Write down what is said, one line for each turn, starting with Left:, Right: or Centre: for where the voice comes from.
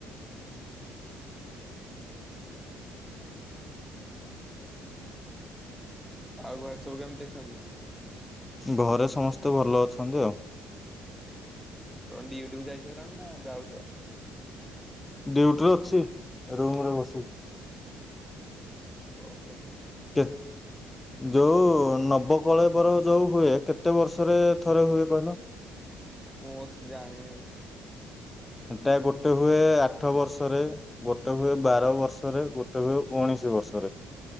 Centre: ଆଉ ଘରେ ସବୁ କେମିତି ଅଛନ୍ତି?
Left: ଘରେ ସମସ୍ତେ ଭଲ ଅଛନ୍ତି ଆଉ।
Centre: କଣ ଡ୍ୟୁଟିକୁ ଯାଇ ସାରିଲଣି ନା ଯାଉଚ?
Left: ଡ୍ୟୁଟୀରେ ଅଛି ରୁମରେ ବସ
Centre: ଓହୋ।
Left: <unintelligible> ଯୋଉ ନବକଳେବର ଯୋଉ ହୁଏ କେତେ ବର୍ଷରେ ଥରେ ହୁଏ କହିଲ?
Centre: ମୁଁ ସେ ଜାଣିନି ବିି।
Left: ସେଟା ଗୋଟେ ହୁଏ ଆଠ ବର୍ଷରେ ଗୋଟେ ହୁଏ ବାର ବର୍ଷରେ, ଗୋଟେ ହୁଏ ଉଣେଇଶି ବର୍ଷରେ।